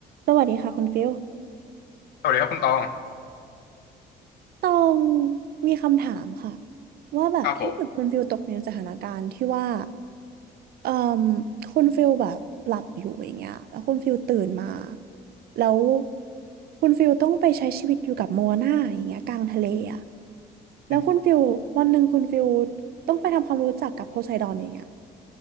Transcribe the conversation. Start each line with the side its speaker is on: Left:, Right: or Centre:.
Right: สวัสดีค่ะคุณฟิล
Left: สวัสดีครับคุณตอง
Right: ตองมีคำถามค่ะว่าแบบถ้าเกิดคุณฟิลตกอยู่ในสถานการณ์ที่ว่า
Left: ครับผม
Right: เอ่อคุณฟิลแบบหลับอยู่อย่างเงี้ยแล้วคุณฟิลตื่นมาแล้วคุณฟิลต้องไปใช้ชีวิตอยู่กับโมนาอย่างเงี้ยกลางทะเลอ่ะแล้วคุณฟิลวันหนึ่งคุณฟิล
Left: อืมอืม
Right: ต้องไปทำความรู้จักกับโพไซดอนอย่างเงี้ย